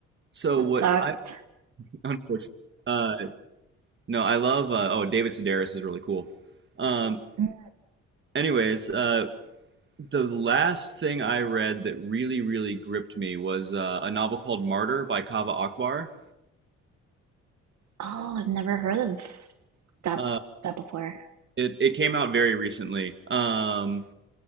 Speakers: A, on the right; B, on the right.
A: So
B: That
A: what
B: sucks.
A: I <laughs> unfortunately uh, no, I love uh, oh David Sedaris is really cool. Um,
B: Mm.
A: anyways, uh, the last thing I read that really really gripped me was uh, a novel called Martyr by Kaveh Akbar.
B: Oh, I've never heard of that
A: Uh,
B: that before.
A: it it came out very recently. Um,